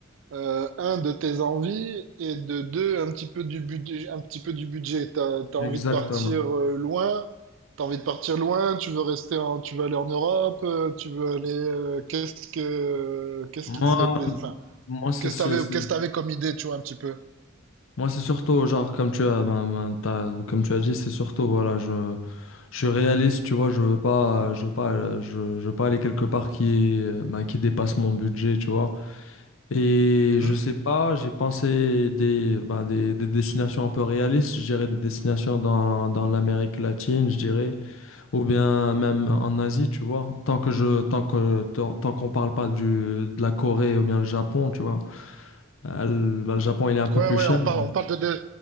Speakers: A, on the right (about 65°); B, on the left (about 70°).
A: Euh, un, de tes envies, et de deux, un petit peu du budget, un petit peu du budget. T'as, t'as
B: Exactement.
A: envie de partir euh, loin, t'as envie de partir loin, tu veux rester en, tu veux aller en Europe, euh, tu veux aller, euh, qu'est-ce que, qu'est-ce
B: Moi,
A: qui te ferait plaisir, enfin,
B: moi, c'est,
A: qu'est-ce
B: c'est-
A: que t'avais,
B: c'est-
A: qu'est-ce que t'avais comme idée, tu vois, un petit peu.
B: moi, c'est surtout, genre, comme tu as, ben, ben, t'as- comme tu as dit, c'est surtout, voilà, je, Je suis réaliste, tu vois, je veux pas, je veux pas, euh, je, je veux pas aller quelque part qui est, euh, ben, qui dépasse mon budget, tu vois. Et
A: Mm-hmm.
B: je sais pas, j'ai pensé des, ben, des, des destinations un peu réalistes, je dirais des destinations dans, dans l'Amérique latine, je dirais, ou bien même en Asie, tu vois. Tant que je, tant que, tant, tant qu'on parle pas du, de la Corée ou bien le Japon, tu vois. Euh, le ben, le Japon, il est un peu
A: Ouais,
B: plus
A: ouais,
B: cher.
A: on
B: Mhm.
A: parle, on parle de, de-